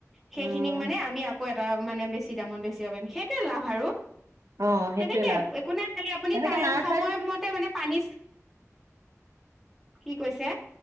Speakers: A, in the centre; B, on the right (about 85°).
A: সেইখিনিক
B: উম
A: মানে আমি আকৌ। এ মানে বেছি দামত বেছিব পাৰিম সেই। কি লাভ আৰু
B: অ সেইটোৱে
A: তেনেকে
B: লাভ
A: একো নাই খালি আপুনি
B: তেনেকে
A: টাইম
B: নাৰ্চাৰী
A: সময়মতে মানে। পানীচ কি কৈছে?